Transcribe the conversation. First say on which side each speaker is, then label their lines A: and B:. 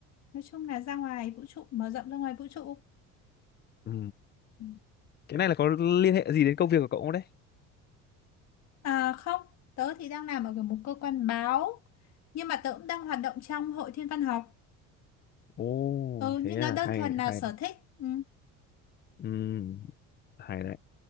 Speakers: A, on the left; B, on the left.
A: Nói chung là ra ngoài vũ trụ, mở rộng ra ngoài vũ trụ.
B: ừ
A: Ừ.
B: cái này là có liên hệ gì đến công việc của cậu không đấy
A: À không, tớ thì đang làm ở một cơ quan báo nhưng mà tớ cũng đang hoạt động trong hội thiên văn học.
B: ồ
A: Ừ, nhưng
B: thế à
A: nó đơn
B: hay
A: thuần là
B: hay
A: sở thích. Ừ.
B: ừ hay đấy